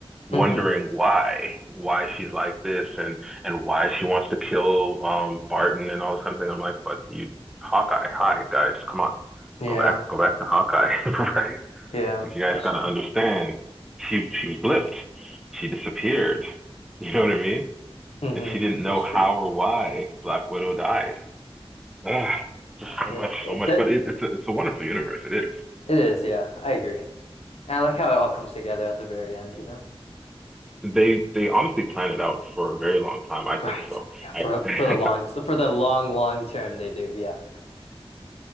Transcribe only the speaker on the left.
hmm
Yeah.
Yeah,
that's
true.
hmm
That's
true.
Yeah,
it
that
it is, yeah. I agree. And I like how it all comes together at the very end, you know?
Right.
Yeah, for
for the
long for the long long term they do. Yeah.